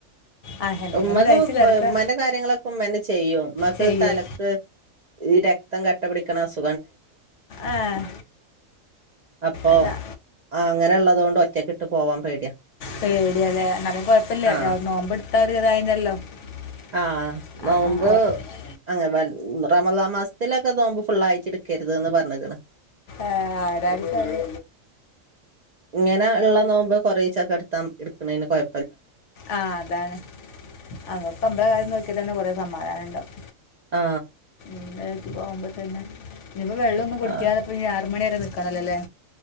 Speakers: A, on the left; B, on the right.
A: ആ എന്തെങ്കിലും
B: ഉമ്മക്ക്
A: ഒന്ന് കഴിച്ച് കിടക്ക
B: ക് ഉമ്മന്റെ കാര്യങ്ങള ഉമ്മന്നെ ചെയ്യും ഉമ്മാക്ക്
A: ചെയ്യും
B: തലക്ക് രക്തം കട്ടപിടിക്കണ അസു
A: ആ
B: അപ്പോ
A: എന്നാ
B: ആ അങ്ങനെ ഇള്ളത്കൊണ്ട് ഒറ്റക്ക ഇട്ട് പോവാൻ പേട്യാ.
A: പേടിയല്ലേ എന്നാലും കുഴപ്പമില്ല
B: ആ
A: ഞാൻ <unintelligible>
B: ആ നോമ്പ്
A: ആ ആ ആ,
B: അ <unintelligible> റമളാൻ മാസത്തിലൊക്കെ നോമ്പ് ഫുള്ളായിട്ട് ഇടുക്കരുത് ന്ന് പറഞ്ഞ്ക്ക്ണ്
A: ഏ ആരാണ്ച്ചാല്
B: ഇങ്ങനെ ഇള്ള നോമ്പോക്കെ കൊറീച്ചൊക്ക എടുത്താ എടുക്കണന് കൊയ
A: ആ അതാണ്. അതൊക്കമ്മടെ കാര്യം നോക്ക്യാതന്നെ കൊറെ സമാധാനണ്ടാവും
B: ആ
A: ഇന്ന് ഇക്കിപ്പോ വളമ്പിതന്ന്. ഇനിപ്പോ വെള്ളോന്നും കുടിക്കാതേ
B: ആഹ്
A: പ്പോ ഞ്ഞി ആറുമണി ഇനി അറുമണി വരെ നിക്കണല്ലോല്ലേ?